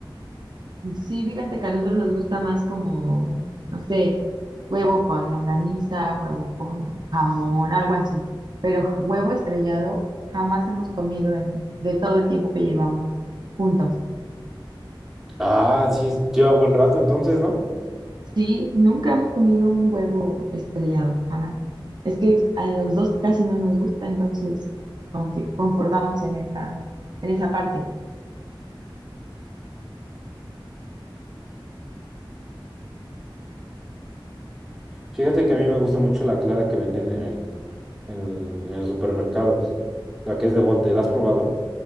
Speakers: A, on the right (about 55°); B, in the centre.
A: sí, fíjate que a nosotros nos gusta más como, no sé, huevo con longaniza, huevo con jamón, algo así. Pero huevo estrellado jamás hemos comido en, de todo el tiempo que llevamos juntos.
B: Ah, sí, lleva buen rato entonces, ¿no?
A: Sí, nunca hemos comido un huevo estrellado, jamás. Es que a los dos casi no nos gusta, entonces como que concordamos en esa, en esa parte.
B: Fíjate que a mí me gusta mucho la clara que venden en el, en, el- en los supermercados. La que es de bote, ¿la has probado?